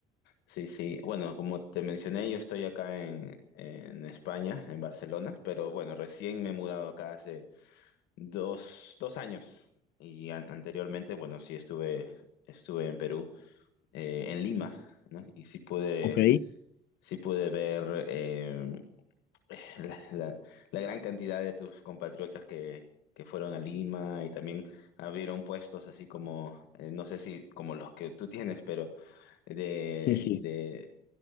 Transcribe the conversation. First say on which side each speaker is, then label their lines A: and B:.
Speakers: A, on the left; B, on the left.
A: Sí, sí. Bueno, como te mencioné, yo estoy acá en, en España, en Barcelona, pero bueno, recién me he mudado acá hace dos, dos años y an- anteriormente, bueno, sí estuve, estuve en Perú, eh, en Lima, ¿no? Y sí pude,
B: ¿ok?
A: sí pude ver eh, <sighs> la, la- la gran cantidad de tus compatriotas que, que fueron a Lima y también abrieron puestos así como, eh, no sé si como los que tú tienes, pero de,
B: Sí, sí.
A: de